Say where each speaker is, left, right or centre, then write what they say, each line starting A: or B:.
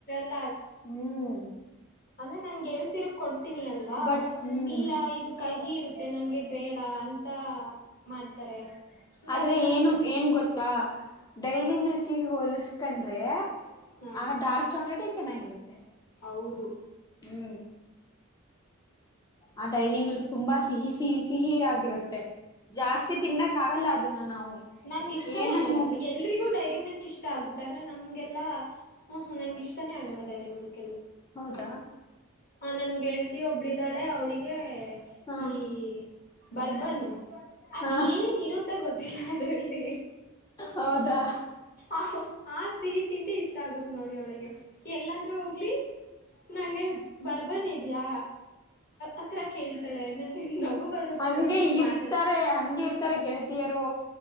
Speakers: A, on the left; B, on the left.
A: ಅ
B: ಹ್ಮ್
A: ಅಂದ್ರೆ ನನ್ಗೆಳ್ ತಿರು ಕೊ ಿ ಅಲ್ವಾ
B: ಬಟ್
A: ಅವರು
B: ಹ್ಮ್
A: ಇಲ್ಲ ಇದು ಕಹಿ ಇರುತ್ತೆ ನಂಗೆ ಬೇಡ ಅಂತ ಮಾಡ್ತಾರೆ ಅಂದ್ರೆ
B: ಆದ್ರೆ
A: ಅದೇನ್ ಅಷ್ಟು
B: ಏನು ಏನ್ ಗೊತ್ತಾ ಡೈರಿ ಮಿಲ್ಕ ಹೋಲಸ್ಕಂಡ್ರೆ
A: ಹಾ
B: ಆ ಡಾರ್ಕ್ ಚಾಕ್ಲೇಟ್ ಚೆನ್ನಾಗಿರುತ್ತೆ
A: ಹೌದು
B: ಹಹೂ ಆ ಡೈರಿ ಮಿಲ್ಕ್ ತುಂಬಾ ಸಿಹಿ ಸಿಹಿ ಸಿಹಿ ಆಗಿರುತ್ತೆ ಮೆ ಜಾಸ್ತಿ ತಿನ್ನಕ್ ಆಗಲ್ಲ ಅದನ್ನ ನಾವು
A: ನಂಗ್ ಇಷ್ಟಾನೇ
B: ಏನ
A: ಆಗಲ್ಲಪ್ಪ
B: ಇಲ್ಲ
A: ಎಲ್ರಿಗೂ ಡೈರಿ ಮಿಲ್ಕ್ ಇಷ್ಟ ಆಗುತ್ತೆ ಆದ್ರೆ ನಮ್ಗೆಲ್ಲ. ಹ್ಮ್ ಹ್ಮ್ ನಂಗ ಇಷ್ಟಾನೇ ಆಗಲ್ಲ ಡೈರಿ ಮಿಲ್ಕ್.
B: ಹೌದಾ.
A: ಹ ನನ್ ಗೆಳತಿ ಒಬ್ಳಿದಾಳೆ ಅವಳಿಗೆ
B: ಹಾ
A: ಈ. ಬರ್ಬನ್ ಅದ್
B: ಹಾ
A: ಏನ್ ಇರುತ್ತ ಗೊತ್ತಿಲ್ಲ ಅದ್ರಲ್ಲಿ.
B: ಹೌದಾ
A: ಅ ಆ ಸಿಹಿ ತಿಂಡಿ ಇಷ್ಟ ಆಗತ್ ನೋಡಿ ಅವಳಿಗೆ ಎಲ್ಲಾದ್ರೂ ಹೋಗ್ಲಿ. ನಂಗೆ ಬರ್ಬನ್ ಇದಯ ಆತ್ರ ಕೇಳ್ತಾಳೆ ನಂಗೆ ನಗು. ಬರುತ್ತೆ
B: ಹಂಗೆ
A: ಅವಳಿಗೆ
B: ಇರ್ತಾರೆ
A: ಮಾತಾಡ
B: ಹಂಗೆ ಇರ್ತಾರೆ ಗೆಳತಿಯರು.